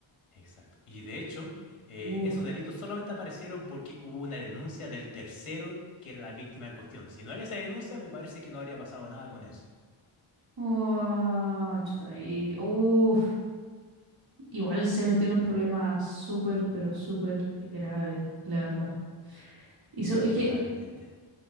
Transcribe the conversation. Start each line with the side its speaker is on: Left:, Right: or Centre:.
Left: Exacto. Y de hecho, eh,
Right: Uf,
Left: esos delitos solamente aparecieron porque hubo una denuncia del tercero que era la víctima en cuestión. Si no hay esa denuncia, me parece que no habría pasado nada con eso.
Right: Uah, chuta, ahí, uf. Igual se metió en un problema súper, pero súper grave, la verdad. Y so- es que,
Left: Totalmente.